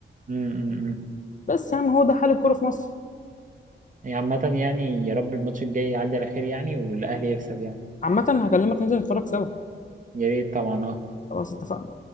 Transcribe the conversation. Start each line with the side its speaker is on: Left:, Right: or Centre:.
Right: مم. مم. مم.
Left: بس يا عم هو ده حال الكوره في مصر
Right: يعني عامه يعني يا رب الماتش الجاي يعدي على خير يعني والاهلي يكسب يعني
Left: عامة هكلمك ننزل نتفرج سوا
Right: يا ريت طبعا اه
Left: خلاص اتفقنا